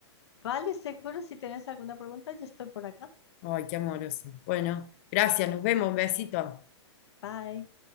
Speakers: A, on the left; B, on the left.
A: Vale, seguro si tienes alguna pregunta, yo estoy por acá.
B: Ay, qué amorosa. Bueno, gracias, nos vemos, un besito.
A: Bye.